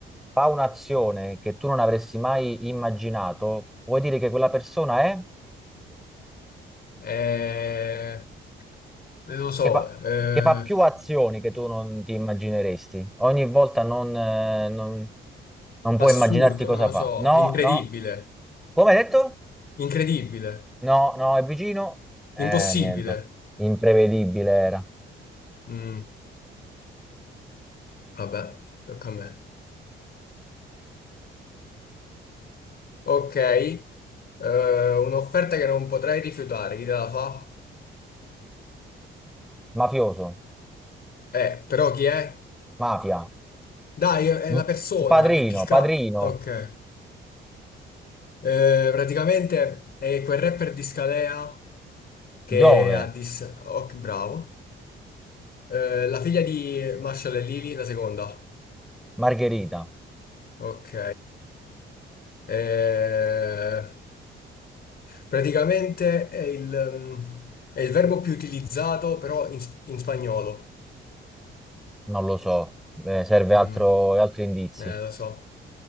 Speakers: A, in the centre; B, on the left (about 50°).
A: fa un'azione che tu non avresti mai immaginato, vuoi dire che quella persona è?
B: Eh... eh, non lo so,
A: che fa,
B: eh,
A: che fa più azioni che tu non ti immagineresti. Ogni volta non, eh, non- non puoi
B: assurdo,
A: immaginarti cosa
B: non lo
A: fa.
B: so,
A: No,
B: incredibile,
A: no. Come hai detto?
B: incredibile,
A: No, no, è vicino. Eh,
B: impossibile.
A: niente. Imprevedibile era.
B: Mm, vabbè, tocca a me. Ok, eh, un'offerta che non potrei rifiutare, chi te la fa?
A: Mafioso,
B: Eh, però chi è?
A: mafia,
B: Dai, è
A: M-
B: la persona,
A: padrino,
B: il PK.
A: padrino,
B: Ok, Eh, praticamente è quel rapper di Scalea che
A: Giove,
B: ha dis... Ok, bravo. Eh, la figlia di Marshall e Lily, la seconda.
A: Margherita.
B: Ok. Eh, Praticamente è il, ehm, è il verbo più utilizzato però in, in spagnolo.
A: Non lo so, Eh, serve
B: Mm,
A: altro, altri indizi.
B: eh, lo so.